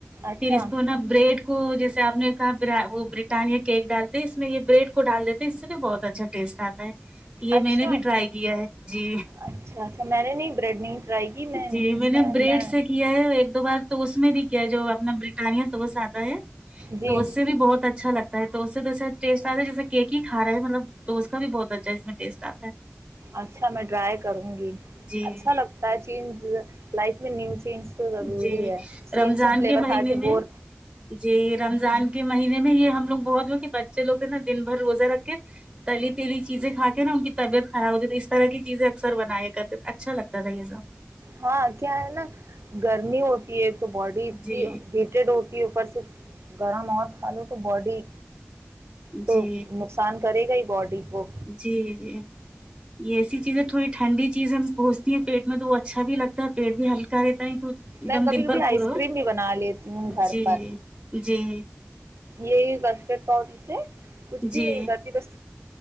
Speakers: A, on the right; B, on the right.
A: اچھا
B: پھر اس کو نا بریڈ کو جیسے آپ نے کا وہ برٹانیا کیک ڈالتے اس میں یہ بریڈ کو ڈال دیتے ہیں اس سے بہت اچھا ٹیسٹ آتا ہے یہ
A: اچھا
B: میں نے بھی ٹرائی کیا ہے جی
A: اچھا اچھا میں نے نہیں بریڈ نہیں ٹرائی کی
B: جی
A: اچھا
B: میں نے بریڈ
A: میں
B: سے کیا ہے ایک دو بار تو اس میں د کیا جو اپنا برٹان تو وہ سات
A: جی
B: تو اس سے بھی بہت اچھا اچھا لگتا ہے تو اس سے دوسر ٹیسٹ آتا ہیں جیسے کیک ہیھا رہے ہیں مطلب تو اس کا بھی بہت اچھا ہے اس میں ٹیسٹ آتا ہے
A: اچھا میں ٹرائی کروں گی
B: جی
A: اچھا لگتا ہے چ لائ نیو چینج تو ضروری
B: جی
A: ہے سیم
B: رمضان
A: سیم فلیور
B: کے مہینے
A: کھا
B: میں
A: بور
B: جی رمضان کے مہینے میں یہ ہم لوگ بہت ل بچے لگ ہیں نا دن بھر روزہ رکھ کے تلی تیلی چیزیں کھا کے نا ان کی طبیعت خراب ہوتی تھی اس طرح کی چیزیں اکثر بنایا کرتے تھے اچھا لگتا تھا یہ سب
A: ہاں کیا ہے نا گرمی ہوتی ہے تو باڈی اتنی
B: جی
A: ہیٹیڈ ہوتی ہے اوپر سے گرم اور کھا لو تو باڈی تو
B: جی
A: نقصان کرے گا ہی باڈی کو
B: جی جی یہ ایسی چیزیں تھوڑی ٹھنی چیزیں پہچتی ہیں پیٹ میں تو وہ اچھا لگتا ہے پیٹ بھی ہلکا رہتا ہے تو ایک
A: میں
B: دم
A: کبھی
B: دن
A: کبھی
B: بھر پورا
A: آئس کریم بھی بنا لیتی ہوں
B: جی
A: گھر پر
B: جی جی
A: یہ کسٹرڈ پاؤڈر سے کچھ
B: جی
A: بھی نہیں کرتی بس